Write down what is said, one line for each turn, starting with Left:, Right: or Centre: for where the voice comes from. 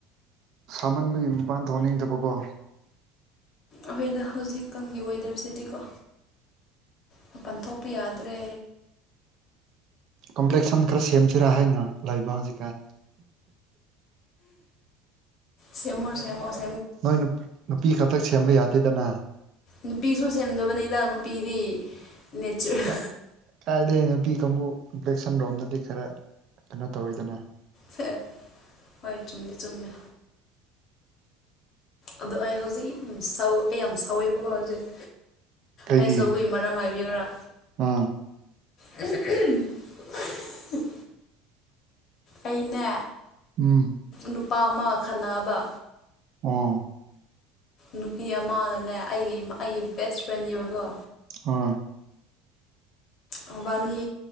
Right: ꯁꯥꯃꯟꯕꯒꯤ ꯃꯄꯥꯟ ꯊꯣꯛꯍꯟꯅꯤꯡꯗꯕꯀꯣ
Left: ꯑꯩꯈꯣꯏꯗ ꯍꯧꯖꯤꯛꯀꯒꯤ ꯑꯣꯏꯋꯗꯔꯁꯤꯗꯤꯀꯣ ꯃꯄꯟ ꯊꯣꯛꯄ ꯌꯥꯗ꯭ꯔꯦ
Right: ꯀꯝꯄ꯭ꯂꯦꯛꯁꯟ ꯈꯔ ꯁꯦꯝꯁꯤꯔꯥ ꯍꯥꯏꯅ ꯂꯩꯕ ꯍꯧꯖꯤꯛꯀꯥꯟ
Left: ꯆꯦꯃꯨ ꯁꯦꯃꯁ
Right: ꯅꯣꯏ ꯅꯨꯄꯤ ꯈꯛꯇꯛ ꯁꯦꯝꯕ ꯌꯥꯗꯦꯗꯅ
Left: ꯅꯨꯄꯤꯁꯨ ꯁꯦꯝꯗꯕꯅꯤꯗ ꯅꯨꯄꯤꯗꯤ ꯅꯦꯆꯔ
Right: ꯀꯥ ꯀꯥꯏꯗꯩ ꯅꯨꯄꯤ ꯀꯥꯡꯕꯨ ꯕ꯭ꯂꯦꯛ ꯁꯟ ꯔꯣꯝꯗꯗꯤ ꯈꯔ ꯀꯩꯅꯣ ꯇꯧꯋꯤꯗꯅ
Left: ꯐꯦ ꯍꯏ ꯆꯨꯝꯗꯤ ꯆꯨꯝꯃꯦ ꯑꯗꯣ ꯑꯩ ꯍꯧꯖꯤꯛ ꯁ ꯑꯩ ꯌꯥꯝ ꯁꯥꯎꯋꯦꯕꯀꯣ ꯍꯧꯖꯤꯛ
Right: ꯀꯩꯒꯤ
Left: ꯑꯩ ꯁꯧꯕꯒꯤ ꯃꯔꯝ ꯍꯥꯏꯕꯤꯌꯔ
Right: ꯑꯥ
Left: <unintelligible> ꯑꯩꯅ
Right: ꯎꯝ
Left: ꯅꯨꯄꯥ ꯑꯃ ꯈꯟꯅꯕ
Right: ꯑꯥ
Left: ꯅꯨꯄꯤ ꯑꯃꯅ ꯂꯩ ꯑꯩꯒꯤ ꯑꯩꯒꯤ ꯕꯦꯁ ꯐ꯭ꯔꯦꯟꯅꯦꯕꯀꯣ
Right: ꯍꯣꯐ
Left: ꯃꯕꯥꯅꯤ